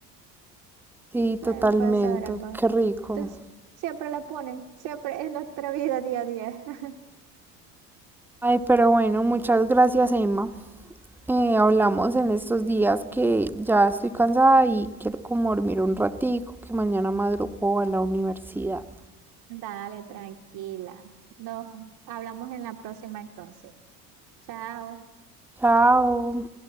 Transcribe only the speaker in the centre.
Sí,
totalmente,
qué rico.
Ay, pero bueno, muchas gracias, Emma. eh, hablamos en estos días que ya estoy cansada y quiero como dormir un ratico, que mañana madrugo a la universidad.
Chao.